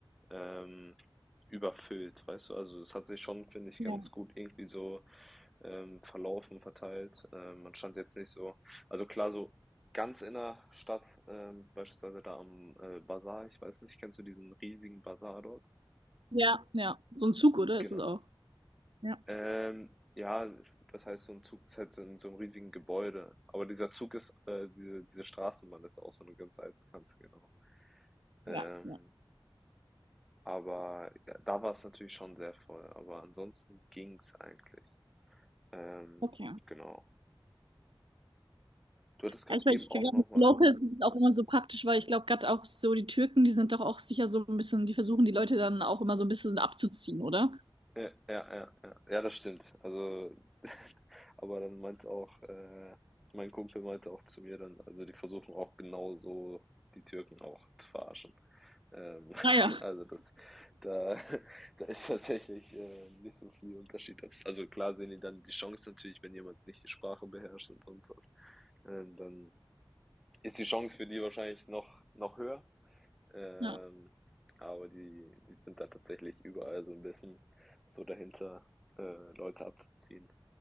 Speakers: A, in the centre; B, on the right.
A: ähm, überfüllt, weißt du? Also es hat sich schon, finde ich,
B: Ja.
A: ganz gut irgendwie so ähm, verlaufen, verteilt. Ähm, man stand jetzt nicht so, also klar, so ganz in der Stadt, ähm, beispielsweise da am äh, Bazar, ich weiß nicht, kennst du diesen riesigen Bazar dort?
B: Ja, ja. So ein Zug, oder?
A: Genau.
B: Ist es auch. Ja.
A: Ähm, ja, das heißt, so ein Zug ist halt so in so einem riesigen Gebäude. Aber dieser Zug ist, äh, diese, diese Straßenbahn ist auch so eine ganz altbekannte, genau. Ähm,
B: Ja, ja.
A: Aber ja, da war es natürlich schon sehr voll. Aber ansonsten ging's eigentlich. Ähm,
B: Okay.
A: genau. Du hattest gerade
B: Ja, Ich,
A: eben auch
B: ich
A: nochmal.
B: glaube, es ist es auch immer so praktisch, weil ich glaube, gerade auch so die Türken, die sind doch auch sicher so ein bisschen, die versuchen die Leute dann auch immer so ein bisschen abzuziehen, oder?
A: Ja, ja, ja, ja. Ja, das stimmt. Also, <laughs> aber dann meinte auch, äh, mein Kumpel meinte auch zu mir dann, also die versuchen auch genau so die Türken auch zu verarschen. Ähm, <laughs>
B: Naja, ja.
A: also das, da, <laughs> da ist tatsächlich äh, nicht so viel Unterschied. Also klar sehen die dann die Chance natürlich, wenn jemand nicht die Sprache beherrscht und sonst was. Ähm, dann ist die Chance für die wahrscheinlich noch, noch höher. Ähm,
B: ja.
A: aber die, die sind da tatsächlich überall so ein bisschen so dahinter, äh, Leute abzuziehen.